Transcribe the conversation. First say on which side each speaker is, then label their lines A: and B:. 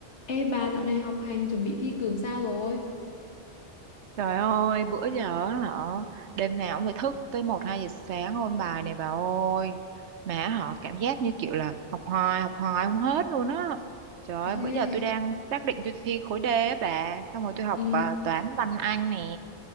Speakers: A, on the left; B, on the right.
A: Ê bà dạo này học hành chuẩn bị thi cử sao rồi?
B: Trời ơi, bữa giờ á họ đêm nào cũng phải thức tới một 2 giờ sáng ôn bài này bà ơi. Mà họ cảm giác như kiểu là học hoài, học hoài không hết luôn á. Trời
A: <laughs>
B: ơi, bữa
A: Ê,
B: giờ tôi đang xác định tôi thi khối D á bà, xong rồi tôi học
A: ừ,
B: à, toán văn Anh nè.